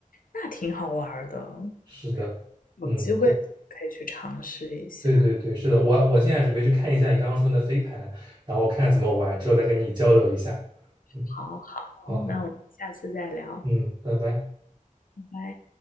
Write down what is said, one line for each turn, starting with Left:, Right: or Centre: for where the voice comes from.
Left: 那挺好玩的，
Right: 是的，
Left: 有机会可以去尝试一下。
Right: 嗯，对对对，是的，我我现在准备去看一下你刚刚说的飞盘，然后看看怎么玩，之后再跟你交流一下。嗯，
Left: 好好，
Right: 好好，
Left: 那我们下次再聊，
Right: 嗯，拜拜。
Left: 拜拜。